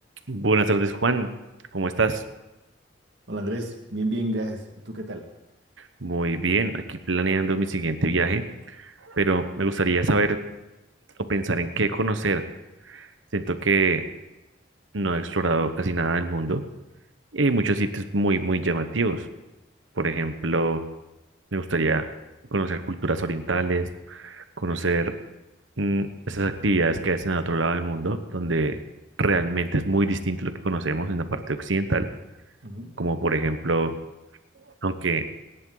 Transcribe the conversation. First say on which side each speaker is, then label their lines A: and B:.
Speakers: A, on the right; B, on the right.
A: Buenas tardes, Juan. ¿Cómo estás?
B: Hola Andrés, bien, bien, gracias. ¿Y tú qué tal?
A: Muy bien, aquí planeando mi siguiente viaje, pero me gustaría saber o pensar en qué conocer. Siento que no he explorado casi nada del mundo y hay muchos sitios muy, muy llamativos. Por ejemplo, me gustaría conocer culturas orientales, conocer mm, esas actividades que hacen al otro lado del mundo, donde realmente es muy distinto lo que conocemos en la parte occidental,
B: Ujú.
A: como por ejemplo, aunque